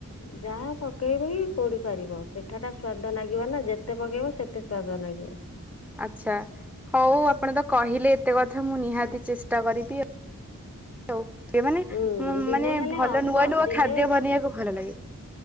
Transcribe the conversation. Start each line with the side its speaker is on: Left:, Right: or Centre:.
Left: ଯାହା ପକେଇବି କି ପୋଡି ପାରିବ ପିଠାଟା ସ୍ୱାଦ ଦ ନାଗିବ ନା ଯେତେ ପକେଇବ ସେତେ ସ୍ଵାଦ ନାଗିବ।
Centre: ଆଛା, ହଉ ଆପଣ ତ କହିଲେ ଏତେ କଥା ମୁଁ ନିହାତି ଚେଷ୍ଟା କରିବି ଆଉ। ହଉ ଟେ ମାନେ
Left: ହୁଁ ଦିନେ
Centre: ମାନେ
Left: ଖାଲି
Centre: ଭଲ
Left: ଅଳ୍ପ
Centre: ନୂଆ ନୂଆ
Left: ଦିନେ
Centre: ଖାଦ୍ୟ ବନେଇବାକୁ ଭଲ ଲାଗେ।